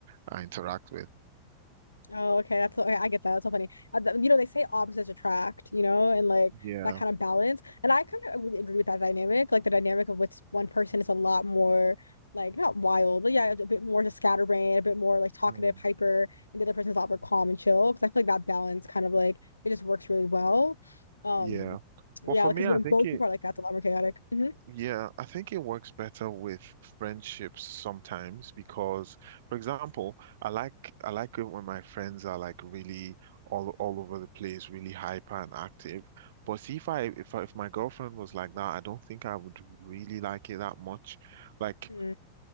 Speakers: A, on the right; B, on the left.
A: I interact with.
B: Oh, okay. That's so, okay. I get that. That's so funny. Uh, th- You know, they say opposites attract, you know, and like
A: Yeah,
B: that kind of balance. And I kind of agree with that dynamic. Like the dynamic of what's one person is a lot more like not wild, but yeah, a bit more just scatterbrained, a bit more like talkative,
A: Mm.
B: hyper, and the other person's a lot more calm and chill. Because I feel like that balance kind of like it just works really well. Um,
A: yeah.
B: yeah,
A: But for
B: because
A: me, I
B: when
A: think
B: both
A: it.
B: people are like that, it's a lot more chaotic. hmm
A: Yeah, I think it works better with friendships sometimes because, for example, I like I like it when my friends are like really all all over the place, really hyper and active. But see, if I if I, if my girlfriend was like that, I don't think I would really like it that much. Like
B: mm